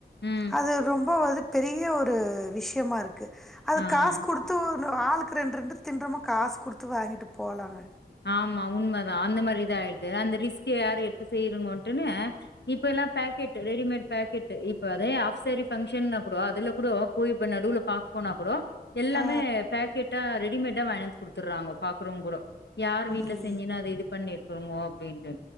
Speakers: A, on the left; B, in the centre.
A: ம்
B: அது ரொம்ப ஒரு பெரிய ஒரு விஷயமா இருக்கு அது
A: ஆ
B: காசு கொடுத்து இன்னு ஆளுக்கு ரெண் ரெண்டு தின்றமா காசு கொடுத்து வாங்கிட்டு போலாங்க
A: ஆமா உண்ம தா அந்த மாரி இதா ஆயிடுச்சு அந்த ரிஸ் யாரு எடுத்து செய்யனுங்கட்டுன்னு இப்ப எல்லா பாக்கெட் ரெடிமேட் பாக்கெட் இப்ப அதே ஆப்சாரி பங்க்ஷன்ன கூட அதுல கூட போய் இப்ப நடுவுல பாக் போனா கூட எல்லாமே
B: ஆ
A: பேக்கெட்டா ரெடிமேட்டா வாங்கியாந்து குடுத்துறாங்க பாக்றவங்க கூட யார் வீட்டுல
B: உண்
A: செஞ்சுனா அத இது பண்ணிருக்குங்கோ அப்டின்ட்டு